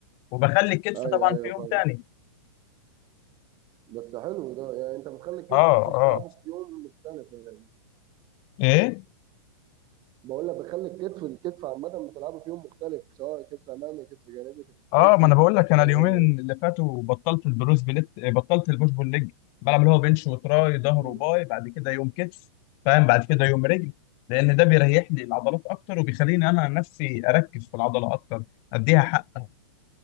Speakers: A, on the left; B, on the right.
A: وبخلي الكتف
B: ايوه
A: طبعا
B: ايوه
A: في يوم
B: فاهم
A: تاني
B: بس حلو ده يعني انت بتخلي الكتف
A: اه
B: اصلا
A: اه
B: بتلعبه في يوم مختلف يعني
A: ايه
B: بقول لك بتخلي الكتف الكتف عامه بتلعبه في يوم مختلف سواء كتف امامي كتف جانبي كتف
A: اه
B: خلفي
A: ما انا بقول لك انا
B: يعني
A: اليومين اللي فاتوا بطلت البروس بليت آه، بطلت البوش بول ليج بلعب اللي هو بنش وتراي ظهر
B: م-
A: وباي بعد كده يوم كتف فاهم بعد كده يوم رجل لان ده بيريح لي العضلات اكتر وبيخليني انا نفسي اركز في العضله اكتر اديها حق